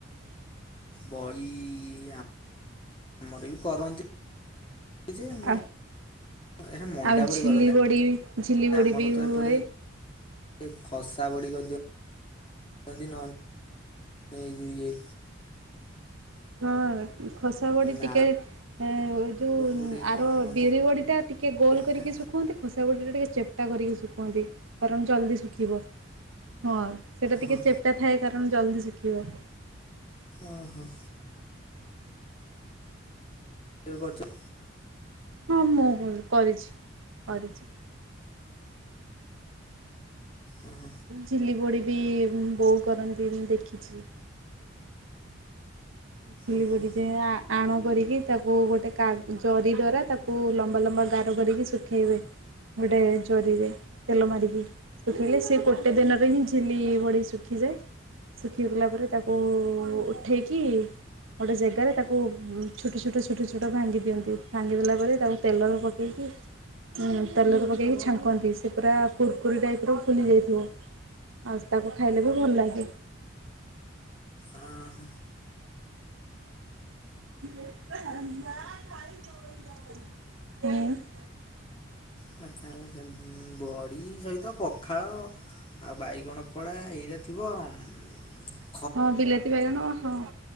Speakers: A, on the left; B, on the right.
A: ବଇ ଆ ଆମର ବି କରନ୍ତି ଯେ ମୁଁ
B: ଆ
A: ଏ ହେ ମଣ୍ଡା
B: ଆଉ
A: ବଢି
B: ଝିଲି
A: କରନ୍ତି
B: ବଡ଼ି
A: ନା
B: ଝିଲି ବଡ଼ି
A: ଆମର
B: ବି
A: ତ
B: ହୁଏ।
A: ଏପଟେ ଏ ଖସା ବଢି କରିଦିଅ ଅନ୍ତି ନହନ୍ ଏଇ ଯୋଉ ଇଏ
B: ହଁ ଖସା ବଢି
A: ନାଉ
B: ଟିକେ ଆ ଓ ଯୋଉ ଉଁ
A: ଗୋଟେ କଣ
B: ଆର
A: କୁହନ୍ତି
B: ବିରି ବଢିଟା ଟିକେ ଗୋଲ
A: ଇଏଟା
B: କରିକି ଶୁଖୁଅନ୍ତି। ଖସା ବଡ଼ିଟା ଟିକେ ଚେପ୍ଟା କରିକି ଶୁଖନ୍ତି କାରଣ ଜଲ୍ଦି ଶୁଖିବ। ହଁ ସେଇଟା ଟିକେ
A: ହଁ
B: ଚେପଟା ଥାଏ କାରଣ ଜଲଦି ଶୁଖିବ।
A: ଅ ହଁ। କେବେ କରିଛ
B: ହଁ ମୁଁ କରିଚି କରିଚି।
A: ହଁ।
B: ଝିଲିବଡ଼ି ବି ବୋଉ କରନ୍ତି ମୁଁ ଦେଖିଚି। ଝିଲି
A: ଓହୋ
B: ବଡ଼ି ଯେ ଆ ଆଣ କରିକି ତାକୁ ଗୋଟେ କା ଜରି ଦ୍ଵାରା ତାକୁ ଲମ୍ବା ଲମ୍ବା ଗାର କରିକି ଶୁଖେଇବେ। ଗୋଟେ ଜରି ରେ ତେଲ ମାରିକି। ଶୁଖିଲେ ସେ ଗୋଟେ ଦିନରେ ହିଁ ଝିଲି ବଡି ଶୁଖିଯାଏ। ଶୁଖିଗଲା ପରେ ତାକୁ ଉଠେଇକି ଗୋଟେ ଜେଗାରେ ତାକୁ ଛୋଟ ଛୋଟ ଛୋଟ ଛୋଟ ଭାଙ୍ଗି ଦିଅନ୍ତି। ଭାଙ୍ଗିଦେଲା ପରେ ତାକୁ ତେଲରେ ପକେଇକି ତେଲରେ ପକେଇକି ଛାଙ୍କନ୍ତି, ସେ ପୁରା କୁୁରକୁରି ଟାଇପ ର ଫୁଲି ଯାଇଥିବ। ଆଉ ତାକୁ ଖାଇଲେ ବି ଭଲ ଲାଗେ।
A: ଆଁ ହ।
B: <inaudible>
A: କଥା ହେଲା ସେ ଉମ ବଡି ସହିତ ପଖାଳ ଆଉ ବାଇଗଣ ପୋଡା ଏଇରା ଥିବ ଉମ
B: ହଁ ବିଲାତି ବାଇଗଣ ହଁ